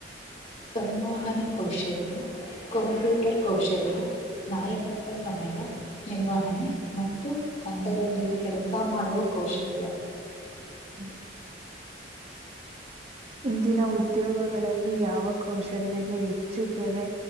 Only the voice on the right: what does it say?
ಹ್ಮ ಇಂದಿನ ಉದ್ಯೋಗಗಳಲ್ಲಿ ಯಾವ ಕೌಶಲ್ಯಗೆ ಹೆಚ್ಚು ಬೆಲೆ